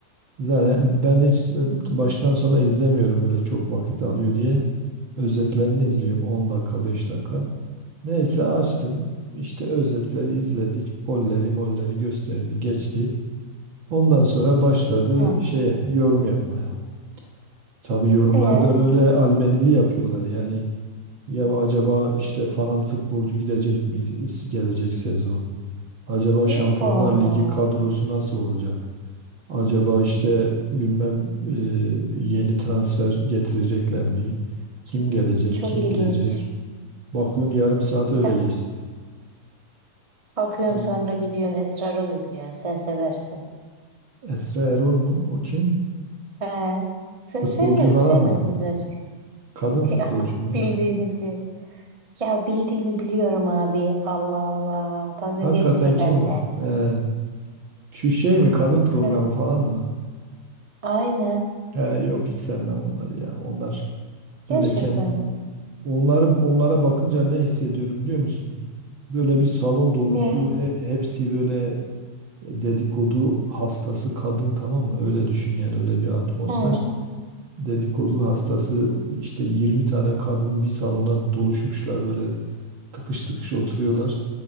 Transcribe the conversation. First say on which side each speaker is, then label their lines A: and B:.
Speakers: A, on the right; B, on the right.
A: Zaten ben hiç e, baştan sona izlemiyorum öyle çok vakit alıyor diye. Özetlerini izliyorum 10 dakika 5 dakika. Neyse açtım işte özetleri izledik. Golleri molleri gösterdi geçti. Ondan sonra başladı
B: hı.
A: şeye yorum yapmaya. Tabii yorumları
B: E
A: da böyle albenili yapıyorlar. Yani ya acaba işte falan futbolcu gidecek mi gelecek sezon? Acaba
B: Allah
A: Şampiyonlar
B: Allah.
A: Ligi kadrosu nasıl olacak? Acaba işte bilmem e, yeni transfer getirecekler mi? Kim gelecek,
B: Çok
A: kim
B: ilginç.
A: gidecek? Bakıyorsun yarım saat öyle
B: E,
A: geçti.
B: bakıyorsun
A: Tamam.
B: sonra gidiyorsun Esrarol izliyorsun. Sen seversin.
A: Esra Erol mu? O kim?
B: E sen
A: Futbolcu
B: sevmiyor,
A: falan
B: sevmiyor
A: mı?
B: muydun Esrarol?
A: Kadın
B: <laughs>
A: futbolcu
B: Ya
A: mu ne
B: bildiğini
A: o?
B: biliyorum. Ya bildiğini biliyorum abi. Allah Allah. Dalga
A: Hakikaten
B: geçme
A: kim
B: benimle.
A: o? Ee, şu şey mi? Kadın programı
B: Ya
A: falan mı?
B: aynen.
A: He, yok hiç sevmem onları ya. Onlar
B: Gerçekten
A: böyle kendi
B: mi?
A: onları onlara bakınca ne hissediyorum biliyor musun? Böyle bir salon dolusu
B: E,
A: he- hepsi böyle dedikodu hastası kadın tamam mı? Öyle düşün yani öyle bir atmosfer.
B: Hı.
A: Dedikodu hastası işte 20 tane kadın bir salona doluşmuşlar böyle tıkış tıkış oturuyorlar.